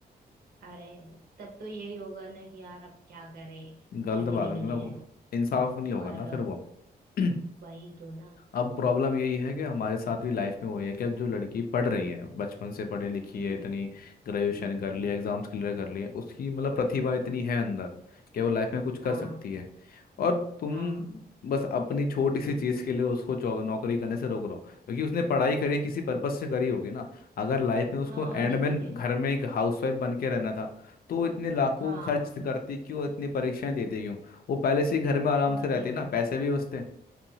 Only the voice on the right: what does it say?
अरे अब- तब तो यही होगा ना कि यार अब क्या करें
पैसे
भी
नहीं
है
और
वही तो ना
हम्म
हाँ
हाँ
हाँ
हाँ
हाँ
और नहीं तो
क्या
हाँ
और
नहीं तो
क्या